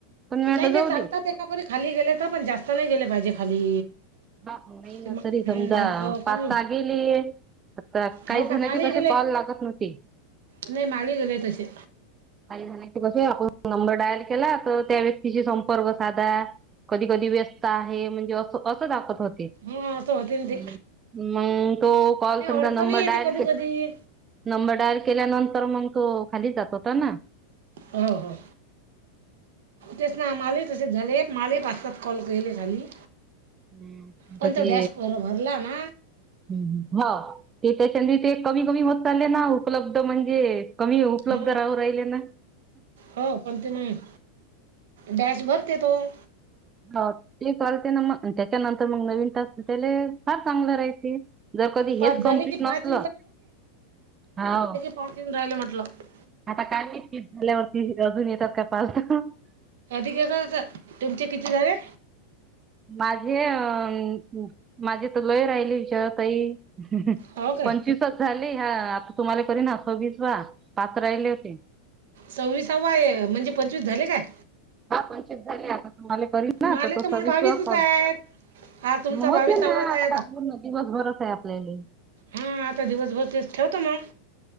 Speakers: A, on the right (about 20°); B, on the right (about 80°).
A: पण मी म्हटलं
B: नाही ते
A: जाऊ
B: चालतात
A: दे
B: एकापरी खाली गेले तर, पण जास्त नाही गेले पाहिजे खाली.
A: नाही ना,
B: ते मग
A: तरी समजा
B: मार्क
A: पाचसहा
B: कमी
A: गेली. आता काही
B: हो का
A: जणाचे
B: माले
A: कसे
B: गेले
A: कॉल लागत नव्हती.
B: नाही माले गेलेय तसे,
A: काही झायचे कसं अ नंबर डायल केला, तर त्या व्यक्तीशी संपर्क साधा. कधी, कधी व्यस्त आहे म्हणजे असं, असं दाखत होते.
B: हा असं होते ना ते
A: मंग, तो कॉल
B: नाही
A: समजा
B: अडचणही
A: नंबर
B: येते
A: डायल
B: कधी
A: केला.
B: कधी
A: नंबर डायल केल्यानंतर मग, तो खाली जात होता ना.
B: हो, हो, तेच ना मालेही तसेच. झाले माले पाच सात कॉल गेले खाली.
A: हम्म, <unintelligible>
B: पण तो
A: ते
B: डॅश भर भरला ना
A: हो, ते त्याच्यांदी ते कमी, कमी होत चाले ना, उपलब्ध म्हणजेऽ कमी उपलब्ध
B: हा
A: राहू राहिले ना..
B: हो पण ते मग, बॅस भरते तोऽ
A: हो, ते चालते ना मग, त्याच्यानंतर मग नवीन तास त्याले फार चांगलं राहायचे. जर कधी
B: पाच
A: हेच
B: झाले
A: कम्प्लीट
B: की पाच
A: नसलं,, हावऽ
B: न राहिले म्हटलंऽ
A: आता काय निकी झाल्यावरती अजून येतात का पाचसहा ऽ
B: अधी आहे का,, तुमचे किती झाले?
A: माझे अ, माझी तर लय राहिली विचार ताईऽ
B: हो काय
A: पंचवीसच झाली हा,, आता तुम्हाला करी ना सव्वीस वा,, पाच राहिले होते.
B: सव्वीसावा आहे, म्हणजे पंचवीस झाले काय?
A: हा पंचित झाले आता तुम्हालाऽ करी ना
B: माले
A: आता तो
B: तर
A: सविस्
B: मग बावीसच
A: वा कॉल,,
B: आहेत हा तुमचा
A: होतील
B: बावीसावाच
A: ना
B: आहे
A: आता काऽ दिवसभरस आहे आपल्यालेऽ
B: हा,, आता दिवसभर तेच ठेवतो मग.